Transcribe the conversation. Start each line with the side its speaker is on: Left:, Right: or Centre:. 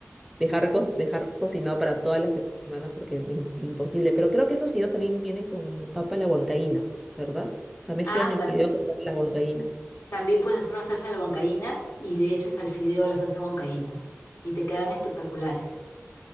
Centre: dejar, co- dejar cocinado para todas las semanas porque es im- imposible. Pero creo que esos fideos también vienen con papa a la huancaína, ¿verdad? O sea, mezclan
Left: Ah,
Centre: el
Left: también.
Centre: fideo con papa a la huancaína.
Left: También puedes hacer una salsa de huancaína y le echas al fideo la salsa huancaína y te quedan espectaculares.